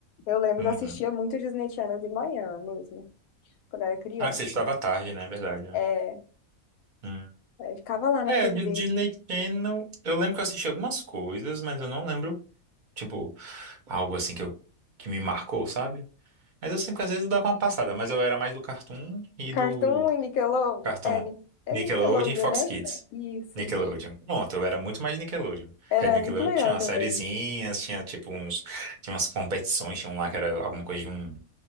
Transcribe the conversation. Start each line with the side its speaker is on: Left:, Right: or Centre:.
Left: Eu lembro
Right: Uhum.
Left: que eu assistia muito Disney Channel de manhã mesmo, quando eu era criança.
Right: Ah, você estudava tarde, né? É verdade, né?
Left: É,
Right: Hum.
Left: aí ficava lá na
Right: É,
Left: TV.
Right: do Disney Channel. Eu lembro que eu assisti algumas coisas, mas eu não lembro, tipo, algo assim que, eu, que me marcou, sabe? Mas eu sempre, às vezes, eu dava uma passada, mas eu era mais do Cartoon e
Left: Cartoon
Right: do
Left: e Nickelodeon.
Right: Cartoon
Left: É, Ni- é
Right: Nickelodeon
Left: Nickelodeon,
Right: e Fox
Left: né?
Right: Kids.
Left: Isso.
Right: Nickelodeon. Pronto, eu era muito mais Nickelodeon.
Left: Era
Right: Que aí Nickelodeon
Left: muito legal
Right: tinha umas
Left: também.
Right: sériezinhas, tinha tipo uns. Tinha umas competições, tinha um lá que era alguma coisa de um.